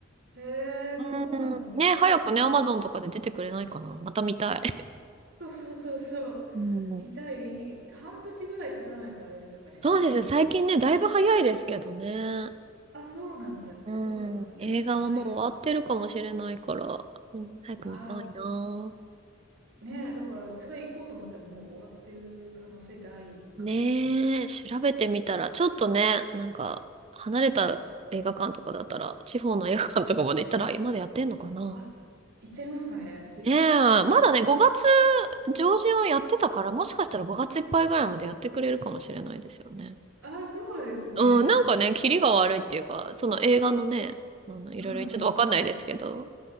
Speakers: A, on the right (about 65°); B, on the right (about 30°).
A: へえ、
B: うん。
A: そうなんです。
B: ね、
A: それは、
B: 早くね、アマゾンとかで出てくれないかな。また見たい。
A: そうそうそうそう。
B: <laughs> うん。
A: 痛い、い半年ぐらい経たないとあれですかね、
B: そうですね、
A: 難しい。
B: 最近ね、だいぶ早いですけどね。
A: あ、そうなんだ、
B: う
A: そうなんだ。
B: ん。
A: 早く見たいです。
B: 映画はもう終わってるかもしれないから、うん、早く見たいな。
A: あねえ、だから世界行こうと思ってももう終わってる可能性大かもしれないです。
B: ねえ、調べてみたら、ちょっとね、なんか、離れた映画館とかだったら、地方の映画館とかまで行ったら、まだやってんのかな
A: あ、行っちゃいますかね、地方は。
B: ねえ、まだね、5月上旬はやってたから、もしかしたら5月いっぱいぐらいまでやってくれるかもしれないですよね。
A: <laughs> ああ、そうですね。
B: うん、
A: ちょっと、
B: なんかね、キリが悪いっていうか、
A: うん
B: その映画のね、あの、いろいろちょっとわかんないですけど、
A: うんうん。